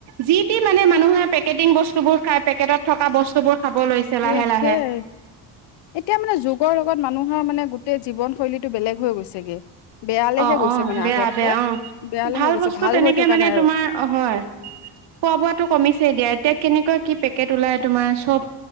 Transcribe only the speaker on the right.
যি টি মানে মানুহে পেকেটিং বস্তুবোৰ খাই পেকেটত থকা বস্তুবোৰ খাব লৈছে লাহে
লাহে
অ অ
বেয়া
বেয়া অ
ভাল
বস্তু তেনেকে
মানে
তোমাৰ
হয় খোৱা বোৱাতো কমিছে দিয়া এতিয়া। কেনেকুৱা কি পেকেট ওলাই তোমাৰ চব